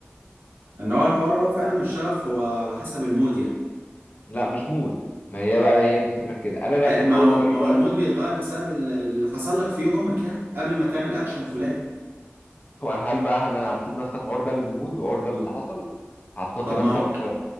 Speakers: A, on the right; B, on the left.
A: ان هو الحوار اه فعلا مش شغف هو على حسب المود يعني
B: لا مش مود ما هي بقى هي دي الفكره في كده انا بقى
A: آه،
B: كان
A: ما
B: اول
A: هو
B: طريق
A: ما هو
B: بقى
A: المود بيتغير بسبب ال- اللي حصل لك في يومك يعني قبل ما تعمل اكشن فلان
B: هل بقى انا هتسيب نفسك عرضه للمود وعرضه للي حصل هتحط
A: طب
B: نفسك
A: ما هو
B: في